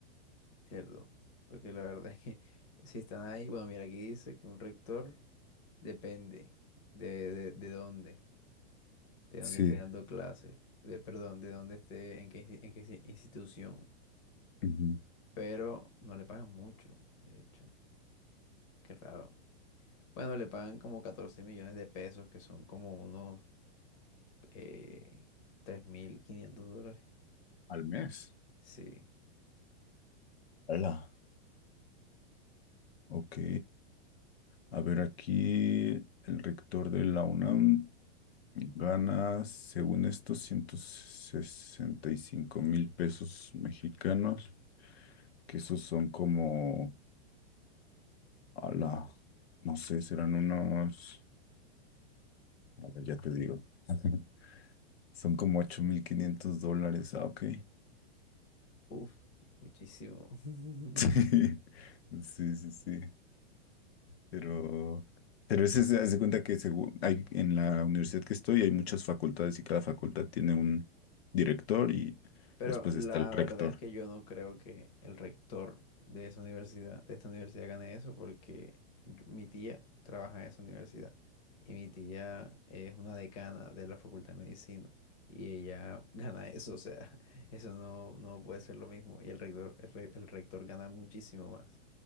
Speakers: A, on the left; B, on the left.
A: ¿cierto? Porque la verdad es que <laughs> si están ahí, bueno, mira, aquí dice que un rector depende de, de, de dónde, de
B: Sí.
A: dónde esté dando clases, de, perdón, de dónde esté, en qué, insti- en qué insti- institución.
B: Ujú.
A: Pero no le pagan mucho, de hecho, qué raro. Bueno, le pagan como 14 millones de pesos, que son como unos eh, 3.500 dólares.
B: al mes.
A: Sí.
B: Hola. Ok. A ver, aquí el rector de la UNAM gana, según esto, ciento sesenta y cinco mil pesos mexicanos, que esos son como, ala, no sé, serán unos, a ver, ya te digo. <laughs> Son como 8.500 dólares. Ah, ok.
A: Uf, muchísimo. <laughs>
B: <laughs> Sí, sí, sí. sí. Pero, pero ese se hace cuenta que según hay, en la universidad que estoy hay muchas facultades y cada facultad tiene un director y
A: Pero
B: después
A: la
B: está el rector.
A: verdad es que yo no creo que el rector de esa universidad, de esta universidad gane eso porque yo- mi tía trabaja en esa universidad y mi tía es una decana de la Facultad de Medicina y ella <laughs> gana eso, o sea, <laughs> eso no, no puede ser lo mismo y el rector, el, re- el rector gana muchísimo más.